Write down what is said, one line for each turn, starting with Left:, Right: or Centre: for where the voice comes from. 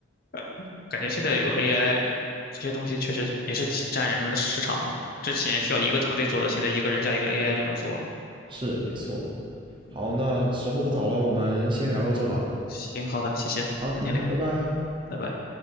Left: <laughs> 感觉现在有了 AI，这些东西确实也是挤占人们的市场嘛。之前需要一个团队做的，现在一个人加一个 AI 就能做了。
Right: 是没错。好，
Left: 嗯，
Right: 那时候不早了，我们先聊到这吧。
Left: 行，好的，谢谢，改天聊，
Right: 好，嗯，拜拜。
Left: 拜拜。